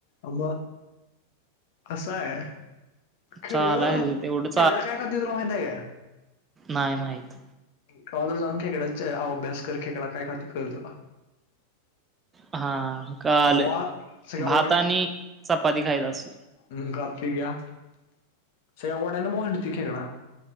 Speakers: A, on the left (about 50°); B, on the right (about 20°).
A: अ म कसयं. खेगळ
B: चालायचं तेवढं
A: खेकडा काय खातोय तुला माहितीय काय?
B: नाई माहित.
A: कवातर जाऊन खेकड्या च अभ्यास कर खेकडा काय खातोय कळलं तुला.
B: हा कळालयं
A: भावा सगळ्या
B: भात आणि चपाती खायचं अस.
A: हं खातोय घ्या सगळया वड़्यानंं भावा हिंडतोय खेकडा.